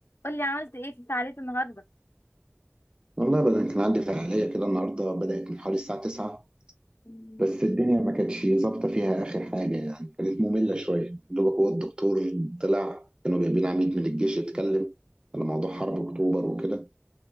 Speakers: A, on the left; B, on the right.
A: قولي عملت ايه في فعالية النهاردة
B: والله بدل كان عندي فعالية كده النهاردة بدأت من حوالي الساعة 9
A: <laughs>
B: بس الدنيا ما كانتش ظابطة فيها آخر حاجة يعني كانت مملة شوية دوبك هو الدكتور طلع كانوا جايبين عميد من الجيش يتكلم على موضوع حرب أكتوبر وكده